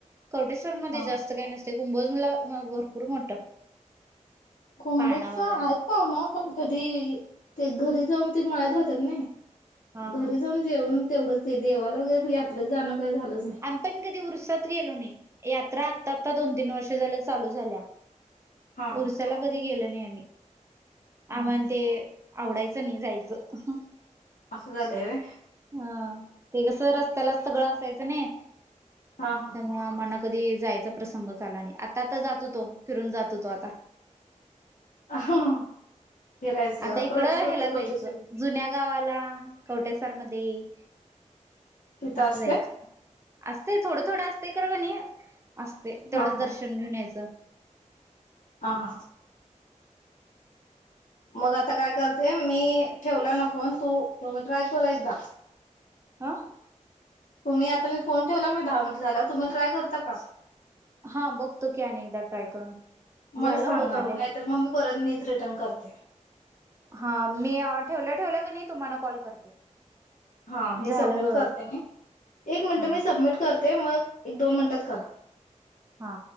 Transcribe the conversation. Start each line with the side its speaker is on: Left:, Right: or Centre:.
Right: कवटेसार मध्ये
Left: हा
Right: जास्त काय नसते कुंभो जला भरपूर भरपूर मोठं.
Left: कुंभोजच
Right: पाळणा
Left: आहेत
Right: वगैरे
Left: पावन पण कधी ते घरी जाऊन ते माळ्यात राहतात नाही.
Right: हा
Left: घरी
Right: हा
Left: जाऊन जेवून तेवढंच ते देवाला वगैरे यात्रेला जाणं काही झालंच नाही
Right: आम्ही पण कधी ऊरसात गेलो नाही यात्रा आता दोन तीन वर्ष झाल चालू झाल्या
Left: हा
Right: ऊरसाला कधी गेलं नाही आम्ही आणि
Left: हा
Right: आम्हाला ते आवडायचं नाही जायचं.
Left: असं झालंय होय.
Right: हा. ते कसं रस्त्याला सगळं असायचं नाही
Left: हा हा
Right: त्यामुळे आम्हाला कधी जायचा प्रसंग आला नाही आता आता जात होतो फिरून जात होतो आता
Left: हा फिरायचं
Right: आता इकडं
Left: परत प्रत्येक
Right: ह्याला जायचं
Left: गोष्टीची
Right: जुन्या गावाला कठ्या मध्ये
Left: तिथं
Right: असं
Left: असते
Right: जायचं असत थोडं थोडं असतंय कर कनि असते तेवढंच
Left: हा
Right: दर्शन
Left: हा
Right: घेऊन यायचं
Left: हा मग आता काय करते मी ठेवला नको तू तुम्ही ट्राय करू एकदा
Right: आा
Left: तुम्ही आता मी फोन ठेवला नाही दहा मिनट झाल्यावर तुम्ही ट्राय करता का
Right: हा बघतो की अनेकदा ट्राय करून
Left: मला
Right: झालं
Left: सांगा
Right: होत आले
Left: नाहीतर मग मी परत मीच रिटर्न करते
Right: हा मी ठेवलं ठेवलं क नाही तुम्हाला कॉल करते
Left: हा हे
Right: झालं
Left: सबमिट
Right: बघा
Left: करते मी एक मिनट
Right: हा
Left: मी सबमिट करते ते मग एक दोन मिनिटात करा
Right: हा